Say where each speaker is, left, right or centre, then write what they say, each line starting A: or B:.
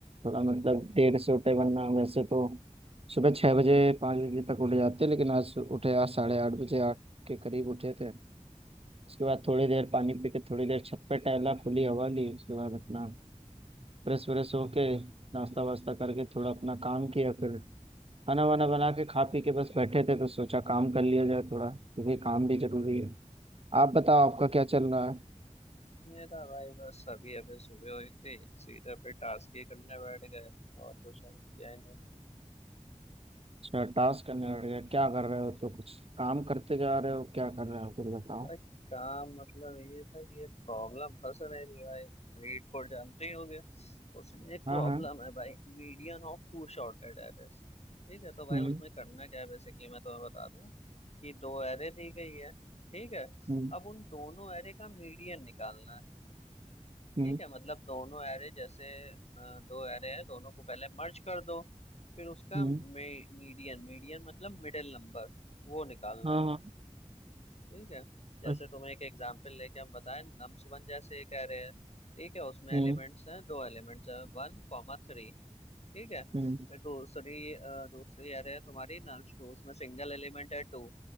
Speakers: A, on the right (about 50°); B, on the left (about 55°).
A: थोड़ा मतलब देर से उठे वरना वैसे तो सुबह छः बजे पाँच बजे तक उठ जाते लेकिन आज उठे आज साढ़े आठ बजे आठ के करीब उठे थे उसके बाद थोड़ी देर पानी पी के थोड़ी देर छत पे टहला खुली हवा ली उसके बाद अपना फ्रेश व्रेश होके नाश्ता वास्ता करके थोड़ा अपना काम किया फिर खाना वाना बना के खा पी के बस बैठे थे तो सोचा काम कर लिया जाए थोड़ा क्योंकि काम भी जरूरी है आप बताओ आपका क्या चल रहा है
B: मेरा भाई बस अभी अभी सुबह हुई थी सीधे पे टास्क ही करने बैठ गए और कुछ और किया ही नहीं
A: अच्छा टास्क करने बैठ गया क्या कर रहे हो तो कुछ काम करते जा रहे हो क्या कर रहे हो कुछ बताओ
B: भाई काम मतलब ये था कि एक प्रॉब्लम फंस रही थी भाई लीड कोड जानते ही होगे उसमें एक प्रॉब्लम
A: हाँ हाँ
B: है भाई median of two sorted arrays ठीक है तो भाई
A: हम्म
B: उसमें करना क्या है बेसिकली मैं तुम्हें बता दूं कि दो एरे दी गई है ठीक है
A: हम्म
B: अब उन दोनों एरे का मीडियन निकालना है
A: हम्म
B: ठीक है मतलब दोनों एरे जैसे अ, दो एरे हैं दोनों को पहले मर्ज कर दो फिर उसका
A: हम्म,
B: मीडियन मीडियन मतलब मिडिल नंबर वो निकालना
A: हाँ
B: है
A: हाँ
B: ठीक है जैसे
A: अच्छा,
B: तुम्हें एक एग्जांपल लेके हम बताएं नम्स वन जैसे एक एरे है ठीक है उसमें
A: हम्म
B: एलिमेंट्स हैं दो एलिमेंट्स हैं वन कॉमा थ्री ठीक है
A: हम्म
B: फिर दूसरी अ, दूसरी एरे है तुम्हारी नम्स टू उसमें सिंगल एलिमेंट है टू